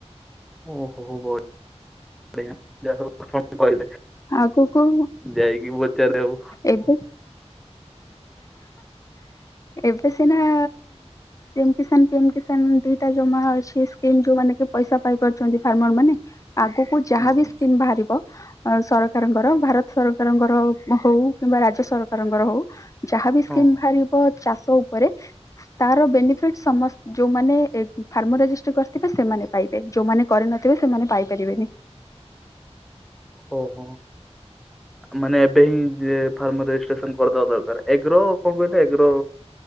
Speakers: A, in the centre; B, on the left (about 30°).
A: ଓ ହୋ ହୋ ବ <unintelligible> କହିଲେ
B: ଆଗକୁ
A: ଯାଇକି ପଚାରେ ଆଉ।
B: ଏବେ? ଏବେ ସିନା ସିଏମ କିଷାନ, ପିଏମ କିଷାନ ଦିଟା ଜମା ଅଛିି ସ୍କିମ ଯୋଉମାନେ କି ପଇସା ପାଇ ପାରୁଛନ୍ତି ଫାର୍ମରମାନେ। ଆଗକୁ ଯାହାବି
A: ହୁଁ ହୁଁ
B: ସ୍କିମ ବାହାରିବ। ଅ ସରକାରଙ୍କର ଭାରତ ସରକାରଙ୍କର ହଉ କିମ୍ବା ରାଜ୍ୟ ସରକାରଙ୍କର ହଉ। ଯାହାବ ସ୍କିମ୍
A: ହଁ ହଁ।
B: ବାହାରିବ ଚାଷ ଉପରେ ତାର ବେନିଫିଟ ସମସ୍ତ ଯୋଉମାନେ ଫାର୍ମ ରେଜିଷ୍ଟ କରିଥିବେ ସେମାନେ ପାଇବେ ଯୋଉମାନେ କରିନଥିବେ ସେମାନେ ପାଇପାରିବେନି।
A: ଓହୋ। ମାନେ ଏବେ ହିଁ ଫାର୍ମ ରେଜିଷ୍ଟ୍ରେସନ କରିଦବା ଦରକାର ଏଗ୍ରୋ କଣ କହିଲେ ଏଗ୍ରୋ